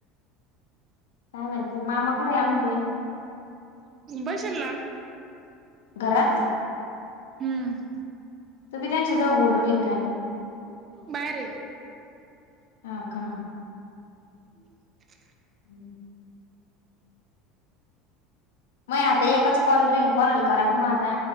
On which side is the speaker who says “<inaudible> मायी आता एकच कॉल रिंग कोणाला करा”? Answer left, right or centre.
Left